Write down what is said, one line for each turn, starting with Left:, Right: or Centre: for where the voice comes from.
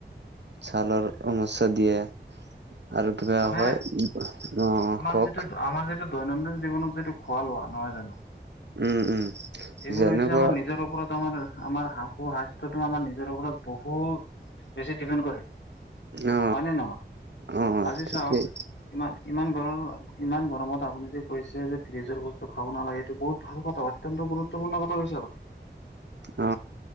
Right: ছালৰ সমস্যা দিয়ে আৰু কিবা
Left: মানে
Right: কয় হয়, অ
Left: আমাৰ
Right: কওক
Left: যিটো আমাৰ যিটো দৈনন্দিন জীৱনত যিটো খোৱা-লোৱা, নহয় জানো?
Right: উম উম
Left: এইবোৰ
Right: যেনেকুৱা
Left: হৈছে আমাৰ, নিজৰ ওপৰত আমাৰ আমাৰ হাওঁ-ফাওঁ স্বাস্থ্যটো আমাৰ নিজৰ ওপৰত বহুত বেছি ডিপেণ্ড কৰে।
Right: অ।
Left: হয় নে নহয়?
Right: অ
Left: আজি
Right: ঠিকেই
Left: চাওক ইমান, ইমান গৰম ইমান গৰমত আপুনি যে কৈছে যে ফ্ৰিজৰ বস্তু খাব নালাগে, এইটো বহুত ভাল কথা কিন্তু গুৰুত্বপূৰ্ণ কথা কৈছে আপুনি।
Right: অ।